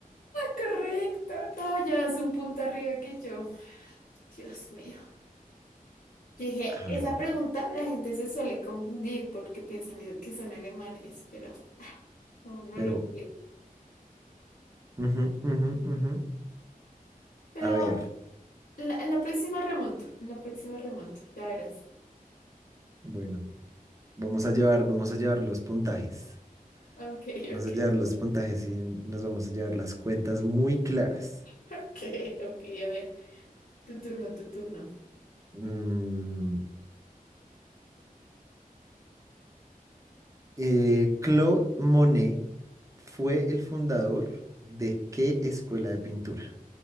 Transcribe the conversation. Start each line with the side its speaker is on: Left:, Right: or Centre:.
Left: Correcto, no, ya es un punto arriba que yo. Dios mío. Yo Dije,
Right: A
Left: esa
Right: ver,
Left: pregunta la gente se suele confundir porque piensan que son alemanes, pero no, no
Right: pero...
Left: lo sé.
Right: ujú, ujú, ujú.
Left: Pero
Right: A ver,
Left: en la, en la próxima remonto, en la próxima remonto, ya verás.
Right: bueno, vamos a llevar, vamos a llevar los puntajes.
Left: Ok,
Right: Vamos
Left: ok.
Right: a llevar los puntajes y nos vamos a llevar las cuentas muy claras.
Left: <laughs> Ok, ok, a ver. Tu turno, tu turno.
Right: Mm, eh, Claude Monet fue el fundador de qué escuela de pintura?